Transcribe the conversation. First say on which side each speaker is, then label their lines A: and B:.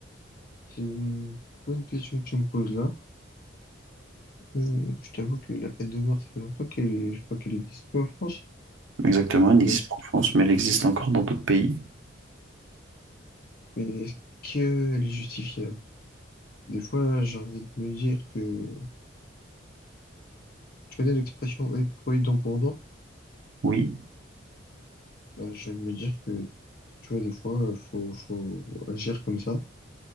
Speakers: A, on the left; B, on the right.
A: c'est une bonne question que tu me poses là. Euh, je t'avoue que la peine de mort, ça fait longtemps qu'elle, je crois qu'elle n'existe plus en France.
B: exactement, elle n'existe
A: Mais est-ce,
B: pas en France, mais elle existe encore dans d'autres pays.
A: mais est-ce qu'elle est justifiable? Des fois, j'ai envie de me dire que, tu connais l'expression œil pour œil, dent pour dent?
B: Oui.
A: Bah, j'ai envie de me dire que, tu vois, des fois, euh, faut, faut agir comme ça.